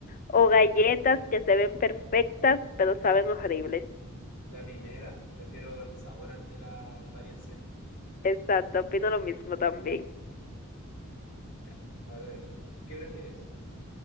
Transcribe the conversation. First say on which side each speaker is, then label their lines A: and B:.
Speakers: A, on the left (about 40°); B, on the left (about 65°).
A: ¿O galletas que se ven perfectas pero saben horribles?
B: La primera, prefiero el sabor ante la apariencia.
A: Exacto, opino lo mismo también.
B: Ya, ahora a ver, ¿qué prefieres?